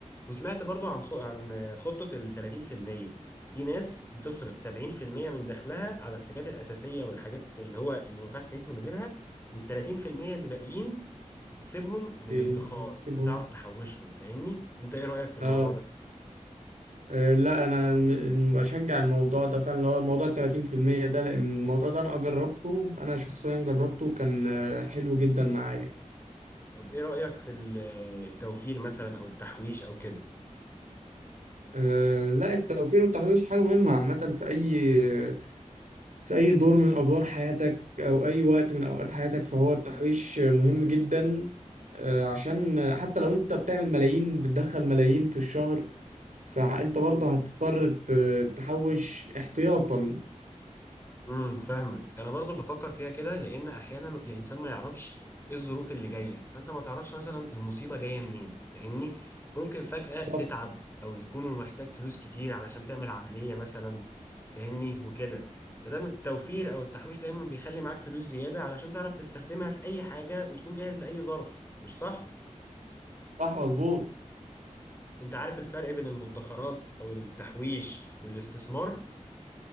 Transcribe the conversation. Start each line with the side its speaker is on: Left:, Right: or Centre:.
Left: وسمعت برضو عن خ... عن خطة ال 30% في المية. في ناس بتصرف 70% من دخلها على الحاجات الأساسية والحاجات اللي هو اللي ما ينفعش تعيش من غيرها وال 30% اللي باقيين تسيبهم للادخار
Right: بيسيبهم
Left: بتعرف تحوشهم فاهمني؟ انت ايه رأيك في الموضوع
Right: اه
Left: ده؟
Right: آه، لا انا الم- بشجع الموضوع ده فعلا اللي هو موضوع ال 30% ده لان الموضوع ده انا جربته انا شخصيا جربته وكان آه، حلو جدا معايا
Left: طب ايه رأيك في ال- التوفير مثلا او التحويش او كده؟
Right: آه، لا التوفير والتحويش حاجة مهمة عامة في أي في أي دور من أدوار حياتك أو أي وقت من أوقات حياتك فهو التحويش مهم جدا آه، عشان حتى لو أنت بتعمل ملايين بتدخل ملايين في الشهر فأنت برضه هتضطر ت- تحوش احتياطا
Left: امم فاهمك انا برضو بفكر فيها كده لان احيانا الانسان ما يعرفش ايه الظروف اللي جايه فانت ما تعرفش مثلا المصيبه جايه منين فاهمني ممكن فجاه تتعب
Right: طب
Left: او يكون محتاج فلوس كتير علشان تعمل عمليه مثلا فاهمني وكده فده من التوفير او التحويش دايما بيخلي معاك فلوس زياده علشان تعرف تستخدمها في اي حاجه وتكون جاهز لاي ظرف مش صح
Right: صح مظبوط
Left: انت عارف الفرق بين المدخرات او التحويش والاستثمار